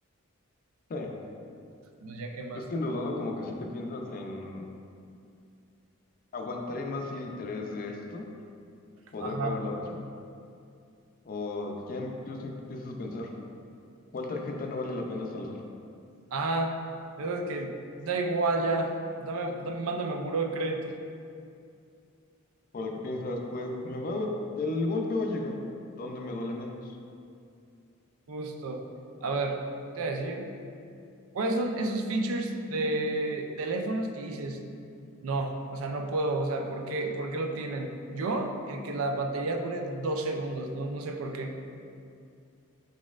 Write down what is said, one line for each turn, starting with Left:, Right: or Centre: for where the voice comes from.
Left: sí.
Right: Pues ya, ¿qué más?
Left: Es que endeudado como que sí te piensas en aguantaré más el interés de esto podré
Right: Ajá,
Left: pagar la otra? ¿O ya incluso empiezas a pensar cuál tarjeta no vale la pena salvar?
Right: ajá. eso es que da igual ya. Dame, dame, mándame buró de crédito.
Left: O la que piensas, pues me va, el golpe va a llegar, ¿dónde me duele menos?
Right: Justo. A ver, ¿qué voy a decir? ¿Cuáles son esos features de teléfonos que dices, no, o sea, no puedo, o sea, ¿por qué, por qué lo tienen? Yo, el que la batería dure dos segundos, no, no sé por qué.